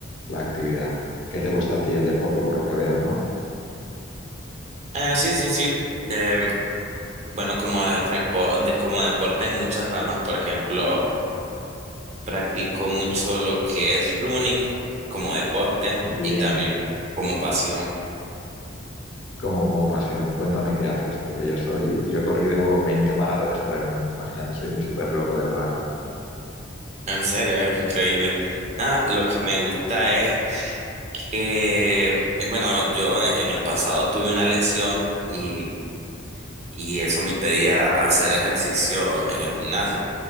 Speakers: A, on the left; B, on the right.
A: la actividad. ¿Qué te gusta a ti el deporte por lo que veo, no?
B: Eh, sí, sí, sí. Eh, bueno, como, de repo- de- como deporte en muchas ramas, por ejemplo, practico mucho lo que es running como deporte
A: Bien,
B: y también como pasión.
A: como, como pasión. Cuéntame qué haces, porque yo soy, yo he corrido 20 maratones por el mundo, imagínate, soy un súper loco del running.
B: En serio, es increíble. Nada, lo que me gusta es... Eh, bueno, yo en en el pasado tuve una lesión y, y eso me impedía hacer ejercicio en el gimnasio.